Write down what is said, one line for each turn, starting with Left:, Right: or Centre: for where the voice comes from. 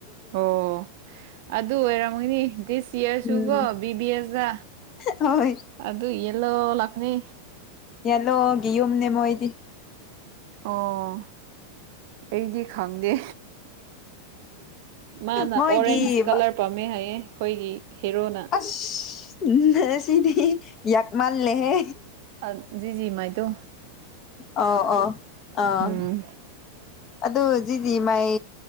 Right: ꯑꯣ ꯑꯗꯨ ꯑꯣꯏꯔꯝꯒꯅꯤ ꯗꯤꯁ ꯏꯌꯥꯔꯁꯨꯀꯣ
Left: ꯎꯝ
Right: ꯕꯤ ꯕꯤ ꯑꯦꯁꯇ
Left: ꯍꯣꯏ
Right: ꯑꯗꯨ ꯌꯦꯜꯂꯣ ꯂꯥꯛꯄꯅꯤ
Left: ꯌꯦꯂꯣ ꯒꯤꯌꯨꯝꯅꯦ ꯃꯣꯏꯗꯤ
Right: ꯑꯣ ꯑꯩꯗꯤ ꯈꯪꯗꯦ ꯃꯥꯅ
Left: ꯃꯣꯏꯒꯤ
Right: ꯑꯣꯔꯦꯟꯁ ꯀꯂꯔ ꯄꯥꯝꯃꯦ ꯍꯥꯏꯌꯦ ꯑꯩꯈꯣꯏꯒꯤ ꯍꯦꯔꯣꯅ
Left: ꯑꯁ ꯅꯁꯤꯗꯤ ꯌꯥꯛ ꯃꯥꯜ ꯂꯦꯍꯦ
Right: ꯑ ꯖꯤꯖꯤ ꯃꯥꯏ ꯇꯣ
Left: ꯑꯣ ꯑꯣ ꯑꯥ
Right: ꯎꯝ
Left: ꯑꯗꯨꯖꯤꯖꯤ ꯃꯥꯏ